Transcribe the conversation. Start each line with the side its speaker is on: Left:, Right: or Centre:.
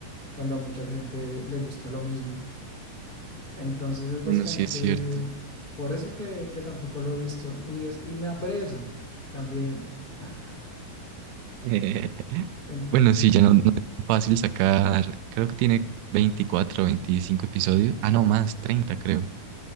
Left: cuando a mucha gente le gusta lo mismo. Entonces es básicamente
Right: Bueno, sí es cierto.
Left: por eso que, que tampoco lo he visto y, es, y me da pereza también. <sighs>
Right: <laughs>
Left: Entonces...
Right: Bueno, sí, ya no, no es fácil sacar. Creo que tiene 24 o 25 episodios. Ah, no, más, 30 creo.